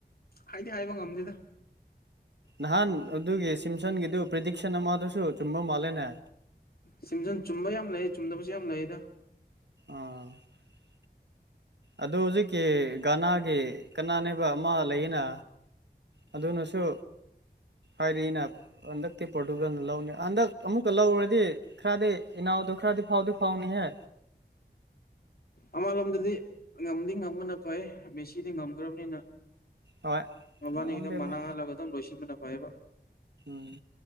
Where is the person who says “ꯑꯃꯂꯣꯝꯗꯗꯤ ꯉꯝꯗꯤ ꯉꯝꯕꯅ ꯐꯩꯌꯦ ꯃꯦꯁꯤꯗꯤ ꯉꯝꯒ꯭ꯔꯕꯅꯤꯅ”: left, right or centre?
Left